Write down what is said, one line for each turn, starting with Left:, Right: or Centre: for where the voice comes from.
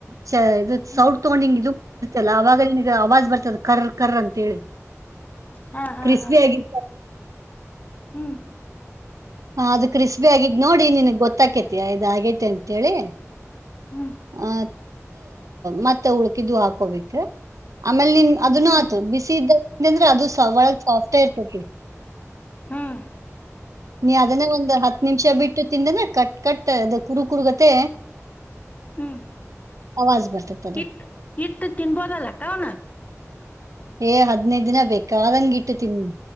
Right: ಚ ಇದು
Left: ಹ್ಮ್
Right: ಸೌಡ್ ತೊಗೊಂಡಿಂಗ ಇದು ಇರ್ತಲ್ಲ ಆವಾಗ ನಿಿನಗೆ ಅವಾಜ್ ಬರ್ತದ ಕರ ಕರ ಅಂತೇಳಿ
Left: ಹಾ ಹಾ
Right: ಕ್ರಿಸ್ಪಿ
Left: ಹಾ
Right: ಆಗಿ.
Left: ಹ್ಮ್.
Right: ಹ ಅದು ಕ್ರಿಸ್ಪಿ ಆಗಿದ್ ನೋಡಿ ನಿಿನಗ್ ಗೊತ್ತಾಕೇತಿ ಇದ ಆಗೇತಿ ಅಂತೇಳಿ.
Left: ಹ್ಮ್
Right: ಅಹ ಮತ್ತೆ ಉಳ್ಕಿದ್ದು ಹಾಕೋಬೇಕಕ್ ಆಮೇಲ್ ನಿನ್. ಅದ ನ
Left: ಹ್ಮ್
Right: ಆತು ಬಿಸಿ ಇದ್ದ ಅಂದ್ರೆ ಅದು ಒಗ್ ಸಾಫ್ಟೇ ಇರ್ತತಿ.
Left: ಹ್ಮ್
Right: ನ್ <unintelligible> ಅದನ ಒಂದು ಹತ್ತು ನಿಮಿಷ ಬಿಟ್ಟು ತಿಿಂದಂದ್ರೆ ಕಟ್ ಕಟ್ ಅ ಕುರು ಕುರುಗತೆ
Left: ಹ್ಮ್
Right: ಅವಾಜ್ ಬರ್ತೈತಿ ಅದು
Left: ಇಟ್ ಇಟ್ಟು ತಿನ್ಬೋದಲ್ಲ ಕ ಅವನಾಗ
Right: ಏ ಹದ್ನೈದ ದಿನ ಬೇಕ ಆದಂಗ ಇಟ್ಟು ತಿಂದಿನ